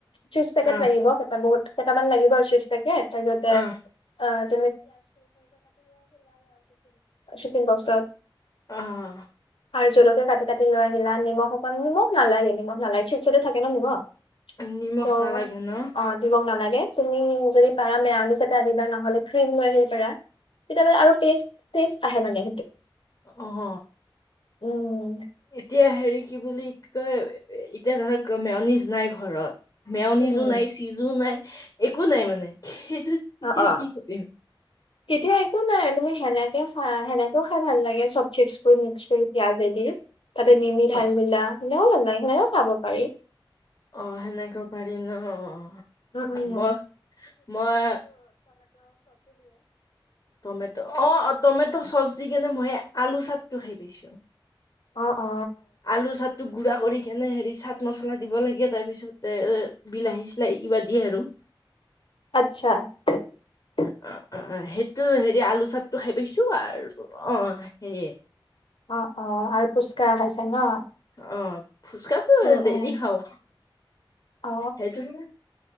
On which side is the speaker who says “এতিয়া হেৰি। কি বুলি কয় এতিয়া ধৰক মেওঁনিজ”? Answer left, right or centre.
Left